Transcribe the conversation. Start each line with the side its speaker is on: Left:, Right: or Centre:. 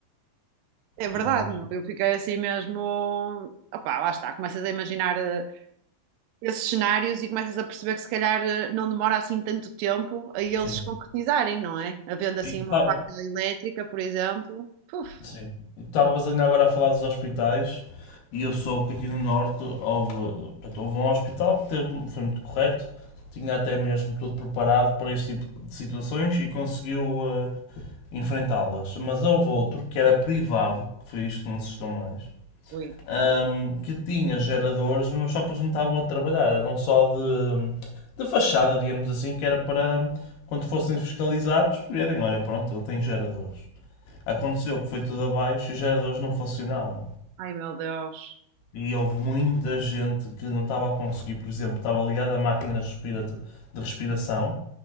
Right: é verdade,
Left: Mas,
Right: não? eu fiquei assim mesmo. Opá, lá está, começas a imaginar eh, esses cenários e começas a perceber que se calhar eh, não demora assim tanto tempo a eles
Left: sim.
Right: se concretizarem, não é? Havendo assim
Left: E tu
Right: uma
Left: tá-
Right: faca elétrica, por exemplo. Puf,
Left: sim. E tu estavas ainda agora a falar dos hospitais e eu soube que aqui no Norte houve, portanto, houve um hospital que teve- foi muito correto, tinha até mesmo tudo preparado para este tipo de situações e conseguiu eh, enfrentá-las. Mas houve outro que era privado, que foi isto que me assustou mais,
Right: ui.
Left: ahm, que tinha geradores, mas só que eles não estavam a trabalhar, eram só de, de fachada, digamos assim, que era para quando fossem fiscalizados verem, olha pronto, ele tem geradores. Aconteceu que foi tudo abaixo e os geradores não funcionavam.
Right: Ai meu Deus,
Left: E houve muita gente que não estava a conseguir, por exemplo, estava ligada a máquina de respiração